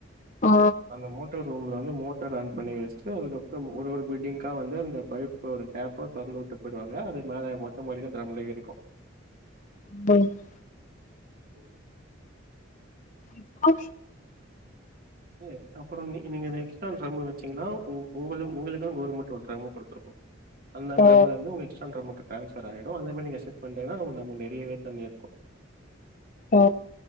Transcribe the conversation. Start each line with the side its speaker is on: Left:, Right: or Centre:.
Left: ஓ
Right: அந்த மோட்டர் ரூம்ல வந்து மோட்டர் ஆன் பண்ணி வெஸ்டு அதுக்கப்றம் ஒரு ஒரு பில்டிங்க்கா வந்து அந்த பைப் ஒரு டேப்ப தொறந்து வுட்டுப் போயிடுவாங்க அது மேல மொட்ட மாடில டிரம்ல ஏறிக்கு
Left: <unintelligible>
Right: ம்
Left: இப்போ
Right: இல்லேப் அப்பறோ நீ நீங்க இந்த எக்ஸ்ட்ரால் டிரம்மு வச்சீங்கன்னா உங் உங்கள உங்களுக்கு கவுர்மெண்ட் ஒரு டிரம்மு குடுத்துருக்கு அந்த
Left: ஓ
Right: டிரம்முலருந்து உங்கக் கிச்சன் டிரம்முக்கு டிரான்ஸபர் ஆயிடு அதே மாரி நீங்க ஷிப்ட் பண்ணிட்டிங்கனான உள்ளமு நிறையவே தண்ணி இர்க்கு
Left: ஓ